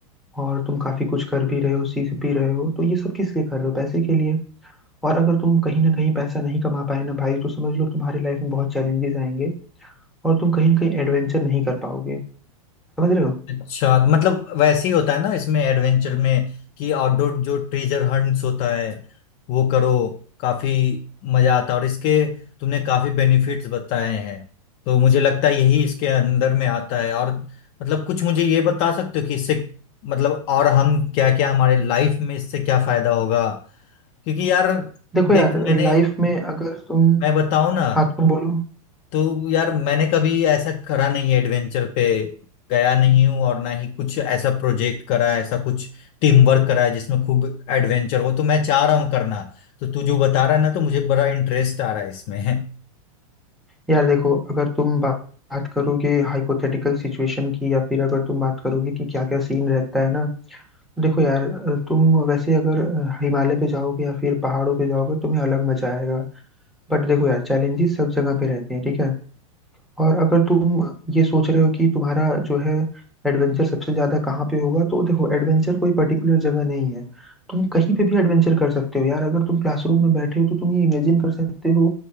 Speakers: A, in the centre; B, on the left.
A: और तुम काफ़ी कुछ कर भी रहे हो सीख भी रहे हो तो ये सब किस लिए कर रहे हो पैसे के लिए और अगर तुम कहीं ना कहीं पैसा नहीं कमा पाए ना भाई तो समझ लो तुम्हारी लाइफ में बहुत चैलेंजेस आएंगे और तुम कहीं ना कहीं एडवेंचर नहीं कर पाओगे समझ रहे हो
B: अच्छा मतलब वैसे ही होता है ना इसमें एडवेंचर में कि आउटडोर जो ट्रेजर हंट्स होता है वो करो काफी मजा आता है और इसके तुमने काफी बेनिफिट्स बताए हैं तो मुझे लगता है यही इसके अंदर में आता है और मतलब कुछ मुझे ये बता सकते हो कि इससे मतलब और हम क्या क्या हमारे लाइफ में इससे क्या फायदा होगा क्योंकि यार
A: देखो यार
B: देख मैंने
A: लाइफ में अगर तुम
B: मैं बताऊं ना
A: हाँ तुम बोलो
B: तो यार मैंने कभी ऐसा करा नहीं है एडवेंचर पे गया नहीं हूँ और ना ही कुछ ऐसा प्रोजेक्ट करा है, ऐसा कुछ टीम वर्क करा है जिसमें खूब एडवेंचर हो तो मैं चाह रहा हूँ करना तो तू जो बता रहा है ना तो मुझे बड़ा इंटरेस्ट आ रहा है इसमें
A: यार देखो अगर तुम बा- बात करोगे हाइपोथेटिकल सिचुएशन की या फिर अगर तुम बात करोगे कि क्या क्या सीन रहता है ना देखो यार अ, तुम वैसे अगर अ, हिमालय पे जाओगे या फिर पहाड़ों पे जाओगे तुम्हें अलग मजा आएगा बट देखो यार चैलेंजेस सब जगह पे रहते हैं ठीक है और अगर तुम ये सोच रहे हो कि तुम्हारा जो है एडवेंचर सबसे ज्यादा कहाँ पे होगा तो देखो एडवेंचर कोई पर्टिकुलर जगह नहीं है तुम कहीं पे भी एडवेंचर कर सकते हो यार अगर तुम क्लासरूम में बैठे हो तो तुम ये इमेजिन कर सकते हो